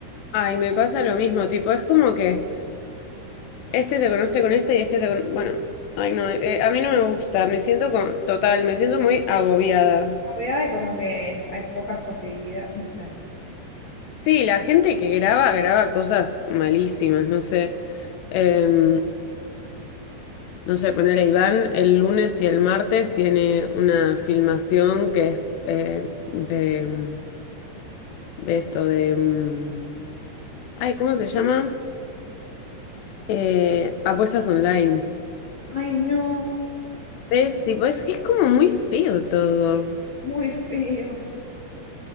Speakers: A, on the left; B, on the left.
A: Ay, me pasa lo mismo, tipo, es como que este se conoce con este y este se conoce... Bueno, ay no, eh, a mí no me gusta, me siento co- total, me siento muy agobiada.
B: Había de como que hay pocas posibilidades, no sé.
A: Sí, la gente que graba, graba cosas malísimas, no sé. Em, no sé, ponerle Iván, el lunes y el martes tiene una filmación que es eh, de, de esto, de... mm, Ay, ¿cómo se llama? Eh, apuestas online.
B: Ay, no,
A: Es tipo, es que es como muy feo todo.
B: muy feo.